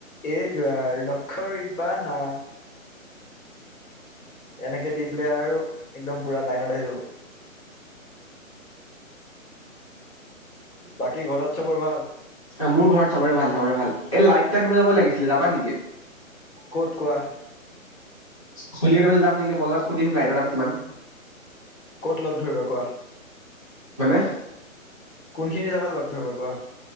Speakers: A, on the left; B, on the left.
A: এইটো আৰু নখৰিবা না। এনেকে দিলে আৰু একদম পুৰা লাইনত আহি যাব। বাকী ঘৰত চবৰ ভাল।
B: অ' মোৰ ঘৰত চবৰে ভাল চবৰে ভাল এই লাইটো আনিব যাব লাগিছিলে যাবা নেকি।
A: ক'ত কোৱা।
B: চলি এ বি যাম নে এনেই বজাৰ সুধি আহিম লাইটৰ দাম কিমান।
A: ক'ত লগ ধৰিবা কোৱা?
B: মানে।
A: কোনখিনি জাগাত লগ ধৰিবা কোৱা।